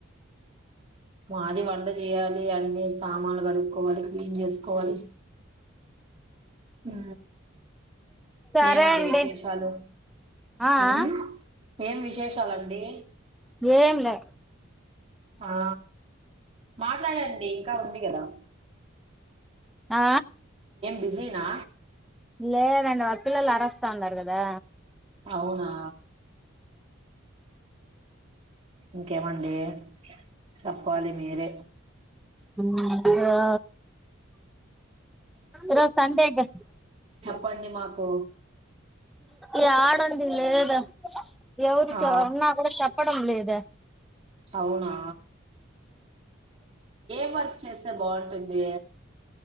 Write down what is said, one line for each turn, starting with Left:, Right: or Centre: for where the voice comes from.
Right: మాది వంట జేయాలి అన్ని సామాన్లు కడుక్కోవాలి క్లీన్ చేసుకోవాలి ఉ
Centre: సరే
Right: ఏమండి
Centre: అండి
Right: విశేషాలు
Centre: ఆ
Right: ఊ
Centre: ఆ
Right: ఏం విశేషాలండి
Centre: ఏం లే
Right: ఆ మాట్లాడండి ఇంకా ఉంది గదా
Centre: ఆ
Right: బిజీనా
Centre: లేదండి వ పిల్లలు అరస్తన్నారు గదా
Right: అవునా ఇంకేమండి చెప్పాలి మీరే
Centre: ఉ ఆ ఈరో సండేగా
Right: పండి మాకు
Centre: యడండి లేదు ఎవరు చ
Right: ఆ
Centre: ఉన్నా కూడా చెప్పడం లేదా
Right: అవునా మ్ వర్క్ చేసే బాంటుంది